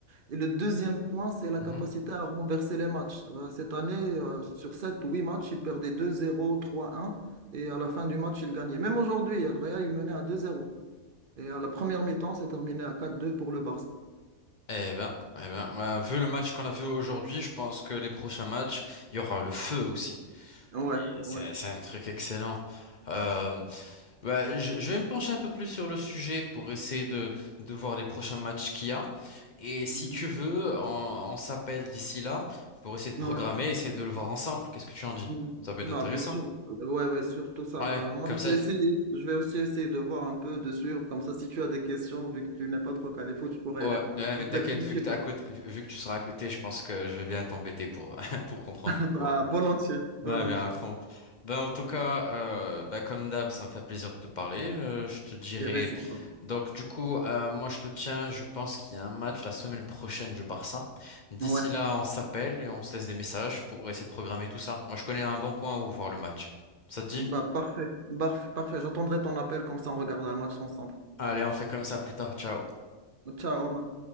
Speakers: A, on the right (about 50°); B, on the left (about 45°).
A: Et le deuxième point, c'est la
B: Mhm.
A: capacité à renverser les matchs. Euh, cette année, euh, sur 7 ou 8 matchs, il perdait deux zéro, trois un, et à la fin du match, il gagnait. Même aujourd'hui, euh, le Real, il menait à deux zéro, Et à la première mi-temps, c'est terminé à quatre deux pour le Barça.
B: Eh ben, eh ben, ouais, vu le match qu'on a vu aujourd'hui, je pense que les prochains matchs, il y aura le feu aussi.
A: Ouais,
B: C'est
A: ouais.
B: c'est un truc excellent. Euh, bah, je, je vais me pencher un peu plus sur le sujet pour essayer de, de voir les prochains matchs qu'il y a. Et si
A: Mhm.
B: tu veux, on, on s'appelle d'ici là pour essayer de programmer,
A: Ouais.
B: essayer de le voir ensemble. Qu'est-ce que tu en dis?
A: Mhm.
B: Ça peut
A: Bah,
B: être intéressant.
A: bien sûr. Euh, Ouais, ouais, surtout ça.
B: Ouais,
A: Bah, moi,
B: comme
A: je
B: ça.
A: vais essayer- je vais aussi essayer de voir un peu de suivre. Comme ça, si tu as des questions, vu que tu n'es pas trop calé foot, je pourrais
B: Ouais,
A: répondre.
B: ouais,
A: Tu m'appelles
B: mais t'inquiète,
A: comme
B: vu
A: tu
B: que t'es
A: veux.
B: à côté, vu vu que tu seras à côté, je pense que je vais bien t'embêter pour, <laughs> pour comprendre
A: <laughs>
B: le tout
A: Bah,
B: un peu.
A: volontiers,
B: Ouais,
A: volontiers.
B: bien à fond. Ben, en tout cas, euh, ben, comme d'hab, ça me fait plaisir de te parler. Euh, je te dirai.
A: C'est réciproque.
B: Donc, du coup, euh, moi, je te tiens. Je pense qu'il y a un match la semaine prochaine du Barça. D'ici
A: Ouais.
B: là, on s'appelle et on se laisse des messages pour essayer de programmer tout ça. Moi, je connais un bon coin où voir le match. Ça te dit?
A: Bah, parfait, Barf- parfait. J'attendrai ton appel, comme ça on regardera le match ensemble.
B: Allez, on fait comme ça plus tard. Ciao.
A: Ciao, Omar.